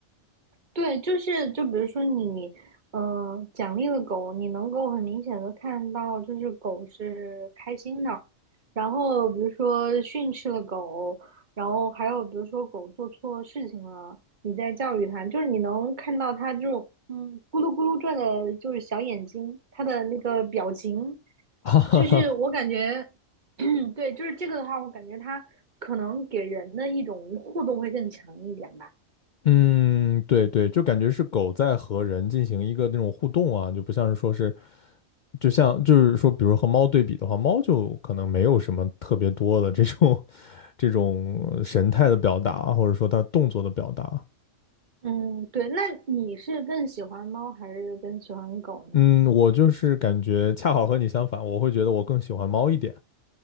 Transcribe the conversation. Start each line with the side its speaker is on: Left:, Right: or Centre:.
Right: 对，就是就比如说你，呃，奖励了狗，你能够很明显的看到，就是狗是开心的。然后比如说训斥了狗，然后还有比如说狗做错事情了，你在教育它，就是你能看到它这种嗯咕噜咕噜转的，就是小眼睛，它的那个表情，
Left: <laughs> 哈哈哈，
Right: 就是我感觉，<clears throat> 对，就是这个的话，我感觉它可能给人的一种互动会更强一点吧。
Left: 嗯，对对，就感觉是狗在和人进行一个那种互动啊，就不像是说是。就像就是说，比如和猫对比的话，猫就可能没有什么特别多的这种 <laughs> 这种呃神态的表达，或者说他动作的表达。
Right: 嗯，对，那你是更喜欢猫还是更喜欢狗呢？
Left: 嗯，我就是感觉恰好和你相反，我会觉得我更喜欢猫一点。